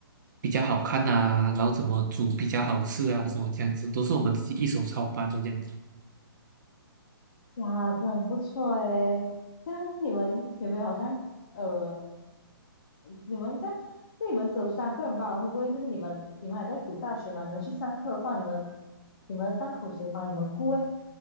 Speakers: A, on the right; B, on the left.
A: 比较好看啊，然后怎么煮比较好吃啊，什么这样子，都是我们自己一手操办的这样子。
B: 呀，真的很不错诶。但你们有没有好像呃，你们这样，就你们只有三个人吧？会不会就是你们你们还在读大学嘛？你们去上课的话，你们你们的档口谁帮你们顾诶？